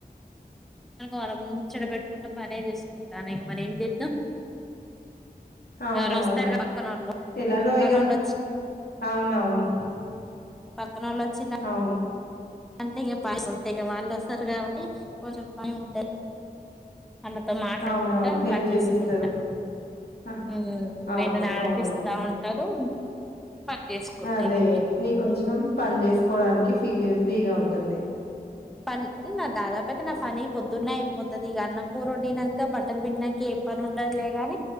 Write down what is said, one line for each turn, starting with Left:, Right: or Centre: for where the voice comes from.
Centre: మనం ముచ్చట పెెట్టుకుంటే పనే చేసుకుంటా ఇక మరి ఏం చేద్దాం
Left: అవునవును
Centre: ఎవరు వస్తారు పక్కనోళ్ళు
Left: ఎలానో
Centre: పక్కనోళ్ళు
Left: ఇగ
Centre: వచ్చి
Left: అవునవును
Centre: పనలో వచ్చిలా
Left: అవును
Centre: అంటే ఇంకా <unintelligible> ఇక వాళ్ళు వస్తారు కాబట్టి కొంచెం పని ఉంట అళతో మాట్లాడుకుంటా
Left: అవునవును హెల్ప్
Centre: పని
Left: చేపిస్తారు
Centre: చేసుకుంటా
Left: అహ్,
Centre: ఉమ్
Left: అవును
Centre: విన్ను ఆడిపిస్తా
Left: అవును
Centre: ఉంటారు పని చేసుకుంటా
Left: అదే
Centre: ఇక
Left: నీ కొంచెం పని చేసుకోడానికి ఫీ ఫ్రీగా ఉంటుంది
Centre: పన్ దాదాపు అయితే నా పని పొద్దున్నే అయిపోతుది ఇక అన్న కూరుొండినాక బట్టలు పిండినాక ఏం పని ఉండదులేగాని